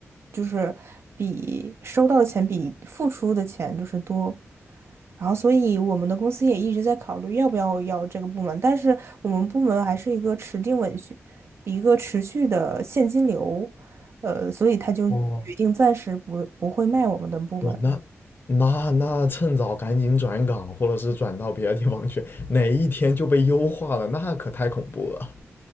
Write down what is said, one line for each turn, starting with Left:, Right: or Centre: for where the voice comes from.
Right: 就是比收到的钱比付出的钱就是多，然后所以我们的公司也一直在考虑要不要要这个部门，但是我们部门还是一个持定稳续，一个持续的现金流，呃，所以他就决定暂时不不会卖我们的部门。
Left: 哦，我那那那趁早赶紧转岗，或者是转到别的地方去，哪一天就被优化了，那可太恐怖了。